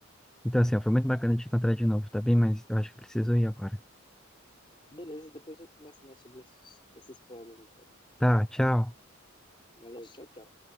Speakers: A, in the centre; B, on the left (about 25°).
A: Então, assim, ó, foi muito bacana te encontrar de novo, tá bem? Mas eu acho que preciso ir agora.
B: Beleza, depois a gente conversa mais sobre esses, esses planos, então.
A: Tá, tchau.
B: Valeu, tchau, tchau.